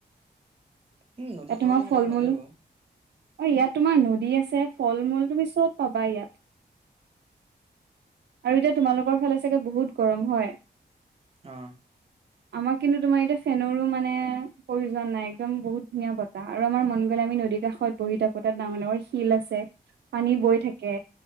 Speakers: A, on the right; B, on the right.
A: উম নদী
B: এ
A: কাষৰীয়া
B: তোমাক
A: হ'লে
B: ফল
A: ভালেই
B: মূলো।
A: বাৰু
B: ইয়াত তোমাৰ নদী আছে ফল মূল তুমি চব পাবা ইয়াত। আৰু এতিয়া তোমালোকৰ ফালে চাগে বহুত গৰম হয়।
A: অ।
B: আমাৰ কিন্তু তোমাৰ এতিয়া ফেনৰো মানে প্ৰয়োজন নাই একদম বহুত ধুনীয়া বতাহ আৰু আমাৰ মন গ'লে আমি নদী কাষ সৌৱাত বহি থাকো তাত ডাঙৰ ডাঙৰ শিল আছে। পানী বৈ থাকে,